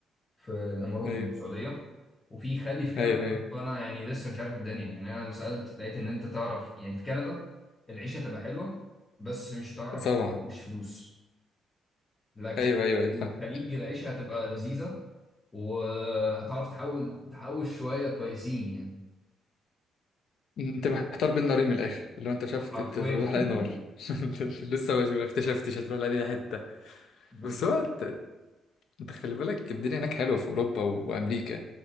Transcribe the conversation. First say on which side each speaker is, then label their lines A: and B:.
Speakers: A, on the left (about 25°); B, on the left (about 70°).
A: في الامارات
B: ايوه
A: والسعودية وفي خالي في كندا
B: ايوه ايوه
A: فانا يعني لسه مش عارف الدنيا يعني انا لما سألت لقيت ان انت تعرف يعني في كندا العيشة تبقى حلوة بس مش هتعرف
B: طبعا
A: تحوش فلوس لكن
B: ايوه ايوه ايوه
A: الخليج العيشة هتبقى لذيذة وهتعرف تحول تحوش شوية كويسين يعني
B: انت محتار بين نارين من الاخر اللي هو انت شفت
A: حرفيا
B: انت تروح لاي
A: <laughs>
B: نار <laughs> لسه ما ما اكتشفتش هتروح لاي حته
A: بالظبط
B: بس هو انت انت خلي بالك الدنيا هناك حلوه في اوروبا وامريكا